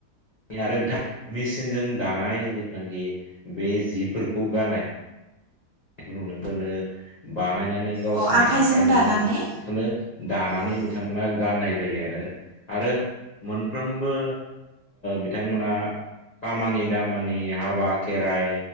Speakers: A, on the left; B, on the right.
A: आरो बिथां मेचिनजों दानाय जिथुनाखि बे जिफोरखौ गारनाय खौ नुफोरनो बा <unintelligible> ब गावसिनि
B: औ आखाइजों
A: आखजोंनो
B: दानानै
A: दानानै
B: औ
A: बिथांमोना गाननाय जायो आरो आरो मोनफ्रोमबो बिथांमोना। खामानि दामानि हाबा खेराइ